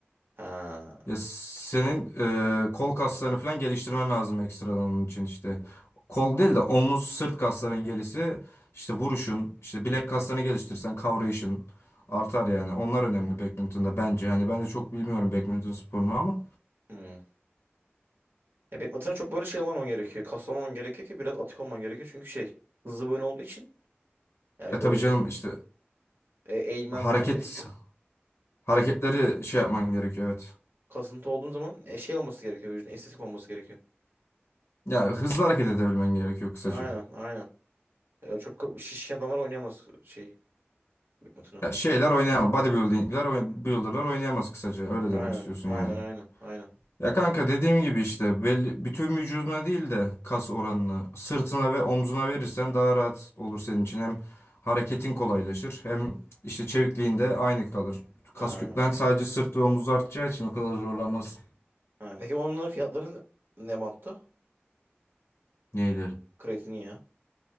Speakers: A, on the right; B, on the left.
A: Ha.
B: Ya senin e, kol kaslarını falan geliştirmen lazım ekstradan onun için işte. Kol değil de omuz, sırt kasların gelişi, işte vuruşun, işte bilek kaslarını geliştirirsen kavrayışın artar yani. Onlar önemli badminton'da bence. Yani ben de çok bilmiyorum badminton sporunu ama.
A: Hmm. Ya badminton'a çok böyle şey olmaman gerekiyor kaslamaman gerekiyor ki biraz atık olman gerekiyor çünkü şey hızlı bir oyun olduğu için yani
B: E tabii
A: böyle şey
B: canım işte
A: e, eğilmen
B: hareket
A: falan gerekiyor.
B: hareketleri
A: Çok
B: şey yapman gerekiyor evet.
A: Kasıntı olduğun zaman e, şey olması gerekiyor vücudun estetik olması gerekiyor.
B: Ya hızlı hareket edebilmen gerekiyor kısaca.
A: Aynen aynen. E, çok ko- şişkin adamlar oynayamaz e, şey mutunu.
B: Ya şeyler oynayamaz. Bodybuilding'ler, oyn- builder'lar oynayamaz kısaca. Öyle
A: Aynen
B: demek istiyorsun
A: aynen
B: yani.
A: aynen aynen.
B: Ya kanka dediğim gibi işte belli, bütün vücuduna değil de kas oranını sırtına ve omzuna verirsen daha rahat olur senin için. Hem hareketin kolaylaşır hem işte çevikliğin de aynı kalır. Kas
A: Ha.
B: kütlen sadece sırt ve omuz artacağı için o kadar zorlanmazsın.
A: Ha. Peki onların fiyatları ne bantta?
B: Neylerin?
A: Kreatinin ya.